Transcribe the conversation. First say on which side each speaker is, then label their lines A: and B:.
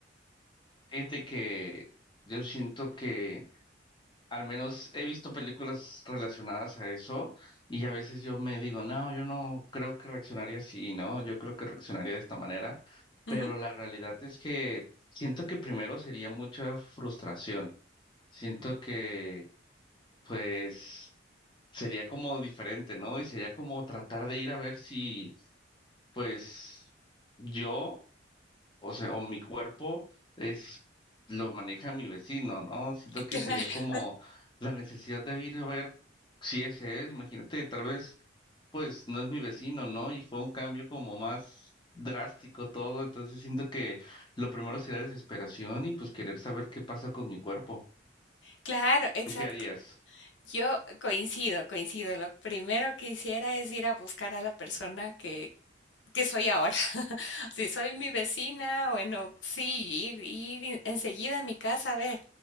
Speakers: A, on the left; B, on the left.
A: Fíjate que yo siento que al menos he visto películas relacionadas a eso y a veces yo me digo, no, yo no creo que reaccionaría así, ¿no? Yo creo que reaccionaría de esta manera,
B: Ujú,
A: pero la realidad es que siento que primero sería mucha frustración. Siento que pues sería como diferente, ¿no? Y sería como tratar de ir a ver si, pues, yo, o sea, o mi cuerpo es, lo maneja mi vecino, ¿no? Siento que
B: <laughs>
A: sería
B: claro,
A: como la necesidad de ir a ver si es él, imagínate, tal vez, pues, no es mi vecino, ¿no? Y fue un cambio como más drástico todo, entonces siento que lo primero sería desesperación y pues querer saber qué pasa con mi cuerpo.
B: claro, exacto.
A: ¿Tú qué harías?
B: Yo coincido, coincido. Lo primero que hiciera es ir a buscar a la persona que que soy ahora. <laughs> Si soy mi vecina, bueno, sí, ir, ir en- enseguida a mi casa a ver